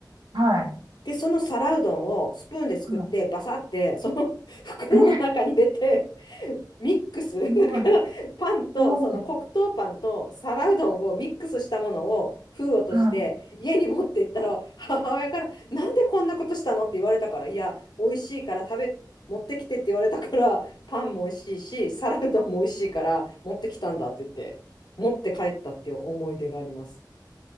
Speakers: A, on the right; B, on the left.
A: はい。
B: で、その皿うどんをスプーンですくって、
A: うん
B: バサって、その <laughs> 袋の中に入れて、
A: ええ、
B: ミックス
A: すごい、
B: <laughs> だからパンとその黒糖パンと皿うどんをミックスしたものを封を閉じて家に持って行ったら母親から「なんでこんなことしたの?」って言われたから「いや美味しいから食べ持ってきて」って言われたからパンも美味しいし皿うどんも美味しいから持ってきたんだって言って持って帰ったっていう思い出があります。
A: すごい。うん